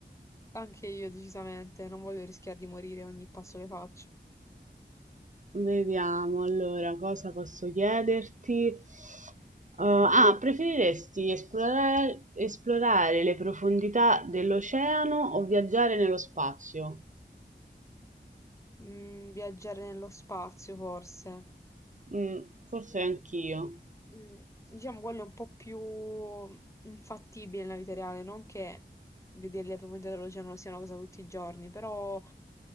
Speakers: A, on the left; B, on the right.
A: Anche io, decisamente. Non voglio rischiare di morire ogni passo che faccio.
B: Vediamo, allora, cosa posso chiederti? Uhm,
A: Mm.
B: ah, preferiresti esplorare esplorare le profondità dell'oceano o viaggiare nello spazio?
A: Mm, viaggiare nello spazio, forse.
B: Mm, forse anch'io.
A: Mm, Diciamo quello è un po' più infattibile nella vita reale, non che vedere le profondità dell'oceano sia una cosa tutti i giorni, però